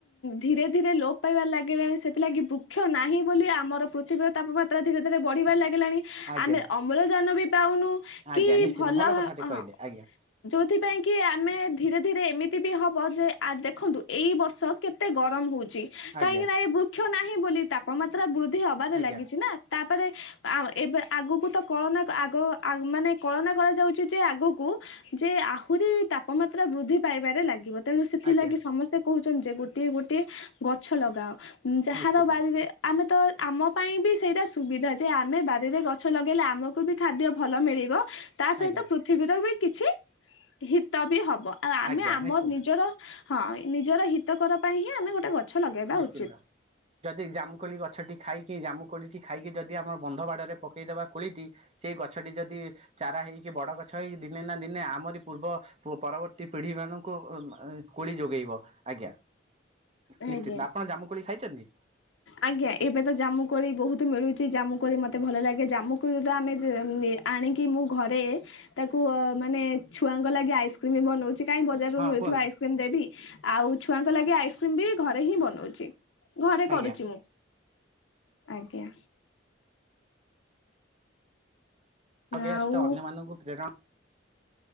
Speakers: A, on the left; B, on the right.
A: ଧୀରେ ଧୀରେ ଲୋପ ପାଇବାର ଲାଗିଲାଣି। ସେଥିଲାଗି ବୃକ୍ଷ ନାହିଁ ବୋଲି ଆମର ପୃଥିବୀର ତାପମାତ୍ରା ଧୀରେ ଧୀରେ ବଢିବାରେ ଲାଗି ଣି
B: ଆଜ୍ଞା
A: ଆମେ ଅମ୍ଳଜାନ ବି ପାଉନୁ।
B: ଆଜ୍ଞା
A: କି
B: ନିଶ୍ଚିନ୍ତ
A: ଭଲ ହଁ
B: କଥାଟେ କହିଲେ ଆଜ୍ଞା
A: ଯୋଉଥିପାଇଁ କି ଆମେ ଧୀରେ ଧୀରେ ଏମିତି ବି ହବ ଯେ ଆ ଦେଖନ୍ତୁ ଏଇ ବର୍ଷ କେତେ ଗରମ ହଉଛି। କାହିଁକି
B: ଆଜ୍ଞା
A: ନା ଏ ବୃ ନାହିଁ ବୋଲି ତାପମାତ୍ରା ବୃଦ୍ଧି ହବାରେ
B: ଆଜ୍ଞା
A: ଲାଗିଛି ନା। ତାପରେ ଆ ଏବେ ଆଗକୁ ତ କଳନା ଆଗ ଆ ମାନେ କଳନା କରାଯାଉଛି ଯେ ଆଗକୁ ଯେ ଆହୁରି ତାପମାତ୍ରା ବୃଦ୍ଧି ପାଇବାରେ ଲାଗିବ। ତେଣୁ ସେଥିଲାଗି
B: ଆଜ୍ଞା
A: ସମସ୍ତେ କହୁଛନ୍ତି ଯେ ଗୋଟିଏ ଗୋଟିଏ ଗଛ ଲଗାଅ। ଯାହାର
B: ନିଶ୍ଚିତ
A: ବାରିରେ ଆମେ ତ ଆମ ପାଇଁ ବି ସେଇଟା ସୁବିଧା। ଯେ ଆମେ ବାରିରେ ଗଛ ଲଗାଇଲେ ଆମକୁ ବି ଖାଦ୍ୟ ଭଲ ମିଳିବ। ତା ସହିତ
B: ଆଜ୍ଞା
A: ପୃଥିବୀର ବି କିଛି ହିତ ବି ହବ। ଆ ଆମେ
B: ଆଜ୍ଞା
A: ଆମ
B: ନିଶ୍ଚିନ୍ତ
A: ନିଜର ହଁ ନିଜର ହିତକର ପାଇଁ ହିଁ ଆମେ ଗୋଟେ ଗ ଛ ଲଗାଇବା
B: ନିଶ୍ଚିନ୍ତ
A: ଉଚିତ୍।
B: ଯଦି ଜାମୁକୋଳି ଗଛଟି ଖାଇକି ଜାମୁ କୋଳିଟି ଖାଇକି ଯଦି ଆମର ବନ୍ଧ ବାଡରେ ପକେଇଦବା କୋଳିଟି। ସେଇ ଗଛଟି ଯଦି ଚାରା ହେଇକି ବଡ ଗଛ ହେଇ ଦିନେ ନା ଦିନେ ଆମରି ପୂର୍ବ ପରବର୍ତ୍ତୀ ପିଢି ଢି ମାନଙ୍କୁ କୋଳି ଯୋଗେଇବ। ଆଜ୍ଞା।
A: ଆଜ୍ଞା
B: ନିଶ୍ଚିତ ଆପଣ ଜାମୁକୋଳି ଖାଇଛନ୍ତି?
A: ଆଜ୍ଞା ଏବେ ତ ଜାମୁକୋଳି ବହୁତ ମିଳୁ ଚି ଜାମୁକୋଳି ମୋତେ ଭଲ ଲାଗେ। ଜାମୁକୋଳିଟା ଆମେ ଯେ ଆଣିକି ମୁଁ ଘରେ ତାକୁ ମାନେ ଛୁଆଙ୍କ ଲାଗି ଆଇସ୍କ୍ରିମ ବନଉଚି। କାଇଁ ବଜାରରୁ
B: ହଁ
A: ମିଳୁଥିବା
B: କୁହନ୍ତୁ
A: ଆଇସ୍କ୍ରିମ୍ ଦେବି। ଆଉ ଛୁଆଙ୍କ ଲାଗି ଆଇସ୍କ୍ରିମ୍ ବି ଘରେ ହିଁ ବନଉଚି। ଘରେ
B: ଆଜ୍ଞା
A: କରୁଛି ମୁଁ। ଆଜ୍ଞା।
B: <unintelligible>
A: ଆଉ
B: ଅନ୍ୟମାନଙ୍କୁ ପ୍ରେରଣା